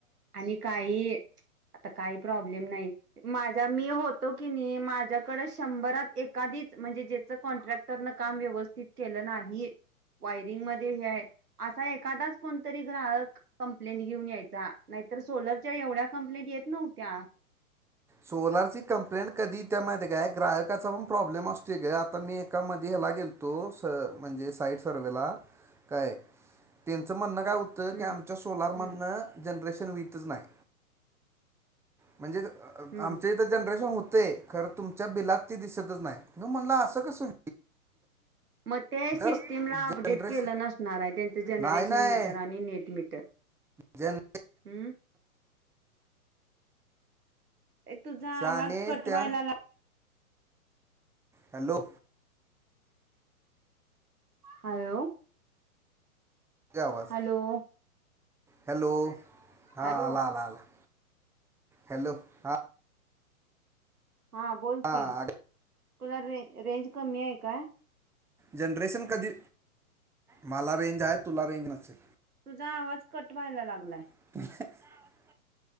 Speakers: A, on the right (about 80°); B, in the centre.
A: आणि काही आता काही प्रॉब्लेम्स नाही माझा मी होतो की नाही माझ्याकडं, शंभरात एखादीच म्हणजे चं कॉन्ट्रॅक्टरनं काम व्यवस्थित केलं नाही. वायरिंग मध्ये हे आहे असा एखादाच, कोणतरी ग्राहक कंप्लेंट घेऊन यायचा. नाहीतर सोलरच्या एवढ्या कंप्लेट येत नव्हत्या.
B: सोलर ची कंप्लेंट कधी येत्या माहितीये, काय ग्राहकाचा पण प्रॉब्लेम असतोय, गं आता मी एकामध्ये ला गेलतो स म्हणजे साइट सर्वेला काय त्यांचं म्हणणं काय होतं
A: हम्म
B: की, आमच्या सोलार
A: हम्म
B: मधन जनरेशन होतच नाही. म्हणजेच अ
A: हम्म
B: आमच्या इथं जनरेशन होतं खरं तुमच्या बिलात दिसतच नाही. मी म्हणलं असं कसं?
A: मग त्या सिस्टीमला
B: जर
A: अपडेट
B: जनरेशन
A: केलं नसणार आहे. त्यांचं जनरेशन
B: नाही नाही
A: मीटर आणि नेट मीटर.
B: जन
A: हम्म. ये तुझा
B: शाने
A: आवाज कट
B: त्या
A: व्हायला लागलाय.
B: हॅलो.
A: हॅलो.
B: आवाज
A: हॅलो.
B: हॅलो हा
A: हॅलो
B: आला-आला. हॅलो हा.
A: हा बोल
B: हां
A: की तुला रे रेंज कमी आहे काय?
B: जनरेशन कधी मला रेंज आहे. तुला रेंज नसेल.
A: तुझा आवाज कटव्हायला लागलाय?
B: <unintelligible>